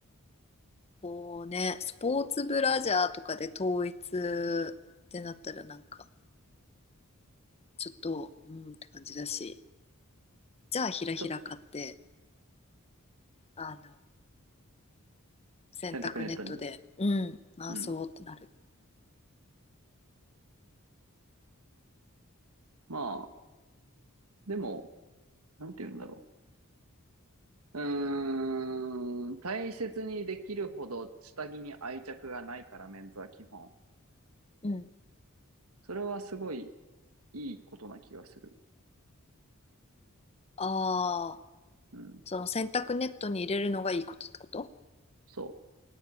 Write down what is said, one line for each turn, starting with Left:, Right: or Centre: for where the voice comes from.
Left: こうね、スポーツブラジャーとかで統一ってなったらなんか、ちょっとうんって感じだしじゃあひらひら買って
Right: ちょっ
Left: あの洗濯ネットでうん回そうってなる
Right: 洗濯ネットに。うん。まあ、でも、なんて言うんだろう。うーん、大切にできるほど下着に愛着がないから、メンズは基本。
Left: うん。
Right: それはすごいいいことな気がする。
Left: ああ
Right: うん。
Left: その洗濯ネットに入れるのがいいことってこと
Right: そう。